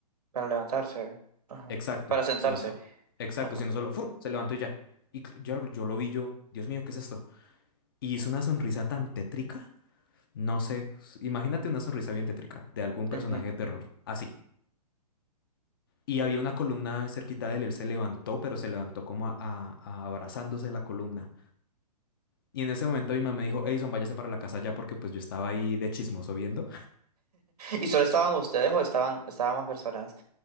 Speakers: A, on the right; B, on the left.
A: Para levantarse. Ajá.
B: Exacto,
A: Para sentarse.
B: si no, so- exacto,
A: Ajá.
B: si no solo ¡fum! se levantó y ya. Y cl- yo, yo lo vi yo, Dios mío, ¿qué es esto? Y hizo una sonrisa tan tétrica, no sé, s- imagínate una sonrisa bien tétrica de algún personaje
A: Ujú.
B: de terror, así. Y había una columna cerquita de él, él se levantó, pero se levantó como a, a- a abrazándose de la columna. Y en ese momento mi mamá me dijo, Edison, váyase para la casa ya porque pues yo estaba ahí de chismoso viendo.
A: ¿Y solo
B: <laughs>
A: estaban ustedes o estaban, estaban más personas?